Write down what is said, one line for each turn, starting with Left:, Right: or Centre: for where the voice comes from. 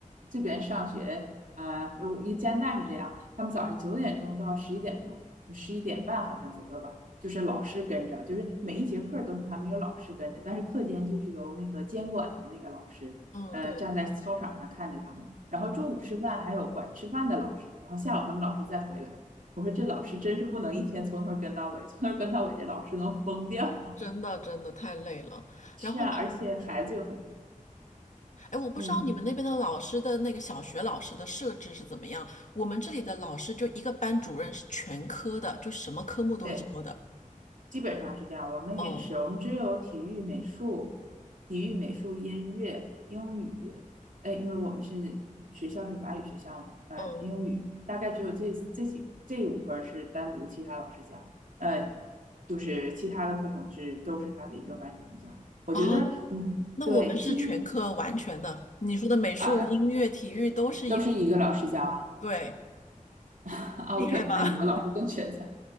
Right: 这边上学啊，呃，因为加拿大是这样，他们早上九点钟到十一点钟，十一点半好像左右吧，就是老师跟着，就是每一节课都是他们有老师跟着，但是课间就是由那个监管的那个老师，
Left: 嗯，
Right: 呃，
Left: 对，
Right: 站在操场上看着他们，然后中午吃饭还有管吃饭的老师，然后下午他们老师再回来。我说这老师真是不能一天从头跟到尾，从头跟到尾，这老师能疯掉。
Left: 真的真的太累了。
Right: 是啊，
Left: 然后呢？
Right: 而且孩子有很多，
Left: 哎，我不知道你们那边的老师的那个小学老师的设置是怎么样。
Right: 嗯，
Left: 我们这里的老师就一个班主任是全科的，就什么科目都教的。
Right: 对，基本上是这样。我们也是，
Left: 哦，
Right: 我们只有体育、美术、体育、美术、音乐、英语，呃，因为我们是学校是法语学校嘛，呃，
Left: 嗯
Right: 英语大概只有这这几这五科是单独其他老师教，呃，就是其他的课程是都是他的一个班主任教。
Left: 啊，
Right: 嗯，
Left: 那我们是全科完全的。
Right: 对，其实
Left: 你说的美术、
Right: 啊，
Left: 音乐、体育都是一个，
Right: 都是一个老师教啊。
Left: 对，
Right: <laughs> OK，
Left: 厉害吧？
Right: 那你们老师更全才。